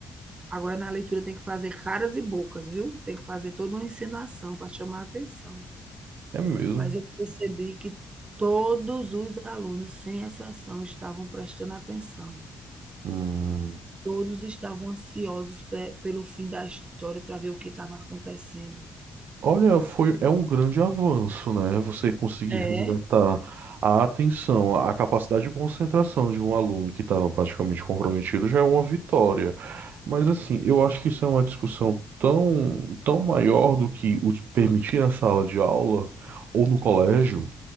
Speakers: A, on the right; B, on the right.
A: Agora, na leitura, tem que fazer caras e bocas, viu? Tem que fazer toda uma encenação para chamar a atenção.
B: é mesmo.
A: Mas eu percebi que todos os alunos, sem exceção, estavam prestando atenção.
B: Hum.
A: Todos estavam ansiosos pe- pelo fim da história para ver o que estava acontecendo.
B: Olha, foi, é um grande avanço, né? Você conseguir
A: É,
B: resgatar a atenção, a capacidade de concentração de um aluno que estava praticamente comprometido já é uma vitória. Mas assim, eu acho que isso é uma discussão tão, tão maior do que o de permitir na sala de aula ou no colégio.